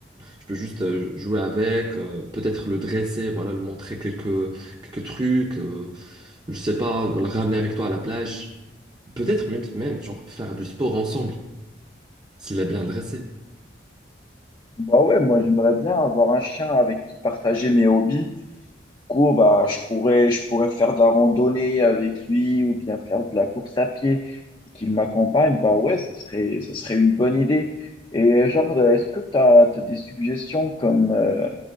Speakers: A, on the right; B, on the left.
A: tu peux juste euh, jouer avec, euh, peut-être le dresser, voilà, lui montrer quelques, quelques trucs, euh, je sais pas, le ramener avec toi à la plage. Peut-être même, même genre faire du sport ensemble, s'il est bien dressé.
B: Bah ouais, moi j'aimerais bien avoir un chien avec qui partager mes hobbies. coup, bah, je pourrais, je pourrais faire de la randonnée avec lui ou bien faire de la course à pied et qu'il m'accompagne, bah ouais, ça serait, ça serait une bonne idée. Et genre, euh, est-ce que tu as, des suggestions comme euh,